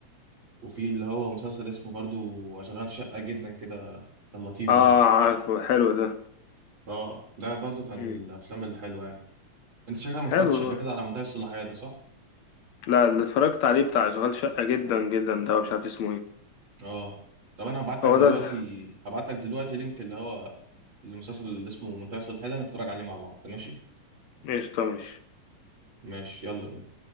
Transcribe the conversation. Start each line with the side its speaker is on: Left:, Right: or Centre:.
Right: وفي اللي هو مسلسل اسمه برضو أشغال شقة جدا كده كان لطيف
Left: اه
Right: برضو
Left: عارفه حلو
Right: اه ده برضو كان
Left: ده
Right: من الأفلام الحلوة يعني أنت شكلك ما اتفرجتش
Left: حلو
Right: قبل
Left: ده
Right: كده على منتهي الصلاحية ده صح؟
Left: لا اللي اتفرجت عليه بتاع اشغال شقة جدا جدا ده مش عارف اسمه ايه
Right: اه طب أنا هبعت لك
Left: هو
Right: دلوقتي
Left: ده ال-
Right: هبعت لك دلوقتي لينك اللي هو المسلسل اللي اسمه منتهي الصلاحية ده نتفرج عليه مع بعض ماشي؟
Left: ايش ده ماشي
Right: ماشي يلا بينا